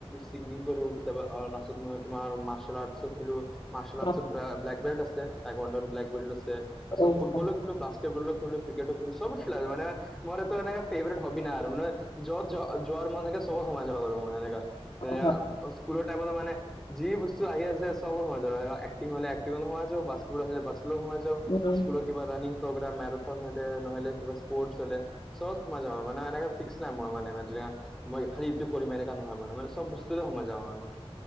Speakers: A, in the centre; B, on the left.
A: চিংগিং কৰো কেতিয়াবা আৰ নাচ নহয় তোমাৰ মাৰ্চেল আৰ্টছ ও খেলো মাৰ্চেল আৰ্টচত
B: অ
A: ব্লে ব্লেকবেল্ট আছে, তাইকাণ্ডত ব্লেকবেল ও আছে তাৰপিছত
B: অ
A: ফুটবলো
B: হয়
A: খেলো, বাস্কেটবলো খেলো ক্ৰিকেট ও খেলো, সব খেলা মানে ম'ৰ একো মানে ফেভৰেট হবি নাই আৰু মানে যত য যোৱাৰ মনে কে চবত সমায় যাব পাৰো মই সেনেকা সেনেকা
B: হয়
A: স্কুলৰ টাইমত মানে যি বস্তু আহি আছে চবো সমা যো এক্টিং হলে এক্টিংট ও সমাজো, বাস্কেট হলে বাস্কেট লো সমাজ জ
B: উম
A: স্কুলৰ কিবা ৰানিং প্ৰগ্ৰাম মেৰাথন হলে নহলে কিবা স্পৰ্টছ হলে চবত সোমাযা মানে এনেকে ফিক্স নাই মোৰ মানে ধুইয়া মই খালি ইটো কৰিম এনেুৱা নহয় মোৰ মানে চব বস্তুতে সমায় যাওঁ আৰু মানে।